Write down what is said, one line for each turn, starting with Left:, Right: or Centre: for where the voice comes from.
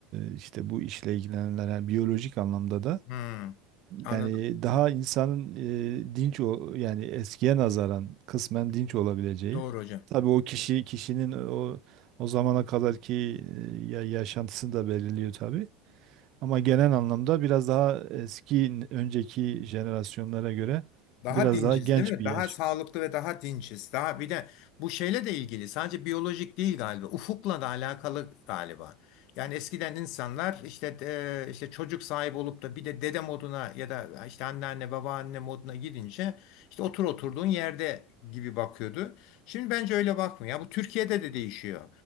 Right: e, işte bu işle ilgilenenler yani biyolojik anlamda da.
Left: Hı. Anladım.
Right: Yani daha insanın e, dinç o yani eskiye nazaran kısmen dinç olabileceği.
Left: Doğru hocam.
Right: Tabii o kişi kişinin o o zamana kadarki e, ya- yaşantısını da belirliyor tabii. Ama genel anlamda biraz daha eski önceki jenerasyonlara göre
Left: Daha
Right: biraz
Left: dinciz
Right: daha genç
Left: değil mi?
Right: bir
Left: Daha
Right: yaş
Left: sağlıklı ve daha dinciz. Daha bir de bu şeyle de ilgili sadece biyolojik değil galiba. Ufukla da alakalı galiba. Yani eskiden insanlar işte e, işte çocuk sahibi olup da bir de dede moduna ya da işte anneanne babaanne moduna gidince işte otur oturduğun yerde gibi bakıyordu. Şimdi bence öyle bakmıyor. Bu Türkiye'de de değişiyor.